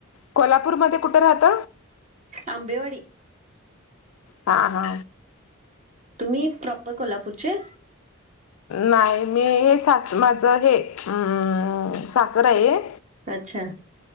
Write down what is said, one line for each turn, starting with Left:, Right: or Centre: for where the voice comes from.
Left: कोल्हापूरमध्ये कुठं राहत?
Right: आंबेवाडी.
Left: हा हा.
Right: तुम्ही प्रॉपर कोल्हापूरचे?
Left: नाही मी हे सास माझं हे अ सासर आहे.
Right: अच्छा.